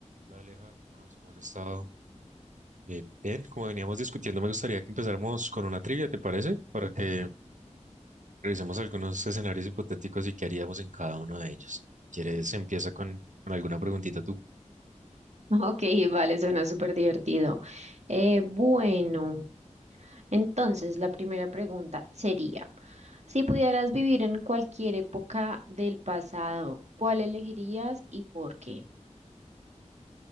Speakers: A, on the right (about 85°); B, on the right (about 65°).
A: Hola Aleja, ¿qué más? ¿Cómo has estado? Eh, bien, como veníamos discutiendo, me gustaría que empezáramos con una trivia, ¿te parece? Para que revisemos algunos escenarios hipotéticos y qué haríamos en cada uno de ellos. Si ¿Quieres? Empieza con, con alguna preguntita tú.
B: Ok, vale, suena súper divertido. Eh, bueno, entonces la primera pregunta sería, si pudieras vivir en cualquier época del pasado, ¿cuál elegirías y por qué?